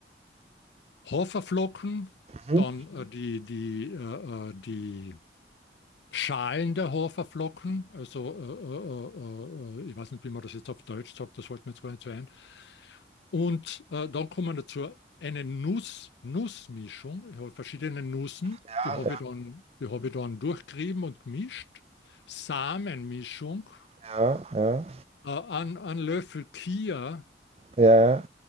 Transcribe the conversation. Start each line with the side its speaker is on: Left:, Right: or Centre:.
Left: Haferflocken,
Right: Mhm.
Left: dann äh, die, die, äh, äh, die Schalen der Haferflocken, also äh, äh, äh, äh, äh, ich weiß nicht, wie man das jetzt auf Deutsch sagt, das fällt mir jetzt gar nicht so ein. Und äh, dann kommen dazu eine Nuss, Nussmischung, ich habe verschiedene Nüssen,
Right: Ja,
Left: die habe ich dann, die habe ich dann durchgerieben und gemischt. Samenmischung
Right: ja, ja,
Left: äh, ein, ein Löffel Chia,
Right: ja,